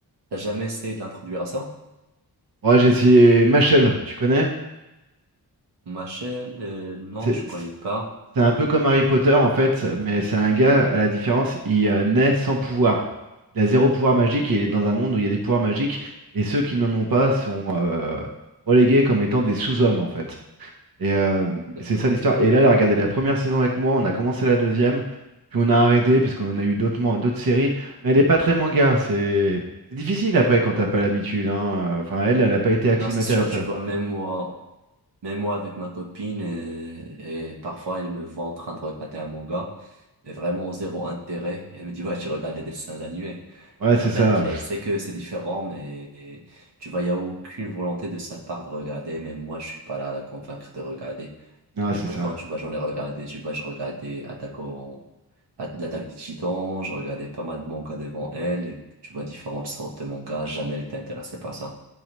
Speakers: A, on the right; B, on the right.
A: T'as jamais essayé de l'introduire à ça?
B: Moi, j'ai essayé Machel, tu connais?
A: Machel, euh, non,
B: C'est
A: je connais pas.
B: c'est un peu comme Harry Potter en fait, mais c'est un gars, à la différence, il euh, naît sans pouvoir. Il a zéro pouvoir magique et il est dans un monde où il y a des pouvoirs magiques et ceux qui n'en ont pas sont euh, relégués comme étant des sous-hommes en fait. Et, euh,
A: D'accord.
B: et c'est ça l'histoire. Et là, elle a regardé la première saison avec moi, on a commencé la deuxième, puis on a arrêté parce qu'on en a eu d'autres man- d'autres séries. Mais elle est pas très manga, c'est c'est difficile après quand t'as pas l'habitude, hein. Enfin, elle, elle a pas été acclimatée
A: Non, c'est sûr,
B: à ça.
A: tu vois, même moi, même moi avec ma copine, euh, et parfois elle me voit en train de regarder un manga, mais vraiment zéro intérêt. Elle me dit, ouais, tu regardes des dessins animés.
B: Ouais,
A: Et
B: c'est
A: en fait,
B: ça.
A: elle sait que c'est différent, mais euh, tu vois, il n'y a aucune volonté de sa part de regarder, même moi, je suis pas là à la convaincre de regarder.
B: Ah,
A: Et
B: c'est
A: pourtant,
B: ça.
A: tu vois, j'en ai regardé, tu vois, je regardais Attaque au- At- L'attaque des Titans, je regardais pas mal de mangas devant elle, et tu vois, différentes sortes de mangas, jamais elle était intéressée par ça.